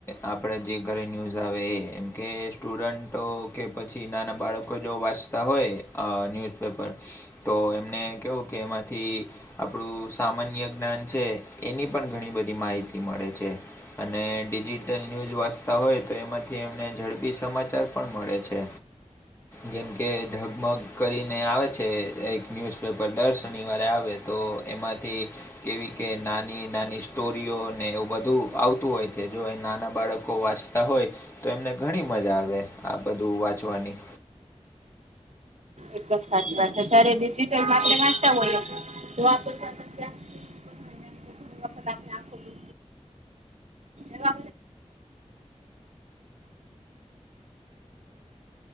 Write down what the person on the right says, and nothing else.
એકદમ સાચી વાત જ્યારે ડિજિટલ માંથી વાંચતા હોઈએ તો એવા બધા પ્રશ્નો પણ થતા હોય છે. ડિજિટલમાં વધારે વસ્તુ